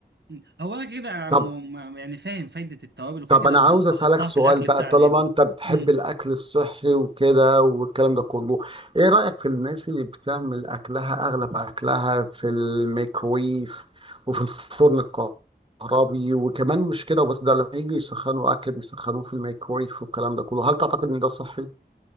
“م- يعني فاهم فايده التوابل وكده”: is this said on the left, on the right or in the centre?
Right